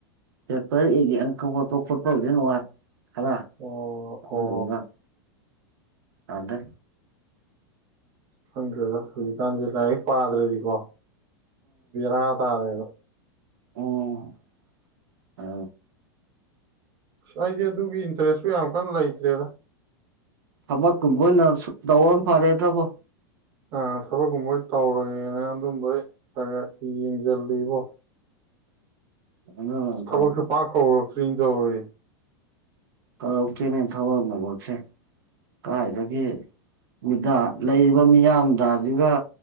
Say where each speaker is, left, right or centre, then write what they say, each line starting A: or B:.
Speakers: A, on the right (about 65°); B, on the right (about 25°).
A: ꯄꯦꯄꯔ ꯑꯦꯒꯤ ꯑꯪꯀꯛ ꯈꯣꯠꯄ ꯈꯣꯠꯄꯗꯤ ꯅꯨꯡꯉꯥꯏ ꯑꯕ
B: ꯑꯣ
A: ꯑꯗꯨ
B: ꯑꯣ
A: ꯑꯣꯏꯃ ꯑꯗ
B: ꯈꯪꯗ꯭ꯔꯦꯗ ꯍꯧꯖꯤꯛꯀꯥꯟꯁꯦ ꯂꯥꯏꯔꯤꯛ ꯄꯥꯗ꯭ꯔꯗꯤꯀꯣ ꯔꯥ ꯇꯥꯔꯦ
A: ꯑꯣ ꯑ
B: ꯑ ꯑꯩꯗꯤ ꯑꯗꯨꯒꯤ ꯏꯟꯇꯔꯦꯁꯁꯨ ꯌꯥꯝ ꯀꯟꯅ ꯂꯩꯇ꯭ꯔꯦꯗ
A: ꯊꯕꯛ ꯀꯨꯝꯕꯅ ꯇꯧꯔ ꯐꯔꯦ ꯊꯕꯛ
B: ꯑ ꯊꯕꯛꯀꯨꯝꯕꯣꯏ ꯇꯧꯔꯒꯦꯅ ꯑꯗꯨꯝꯕꯣꯏ ꯈ ꯌꯦꯡꯁꯤꯜꯂꯤꯕꯣ
A: ꯑꯗꯨꯅ
B: ꯊꯁꯨ
A: ꯐꯔꯦ
B: ꯄꯥꯛ ꯈꯔ ꯀꯇ꯭ꯔꯤ ꯇꯧꯋꯦ
A: ꯇꯧꯔꯧꯛꯇꯦꯅꯦ ꯊꯕꯛ ꯃꯕꯛꯁꯦ ꯀꯥꯏꯗꯒꯤ ꯃꯤꯗ ꯂꯩꯔꯤꯕ ꯃꯤꯌꯥꯝꯗ ꯑꯗꯨꯒꯒ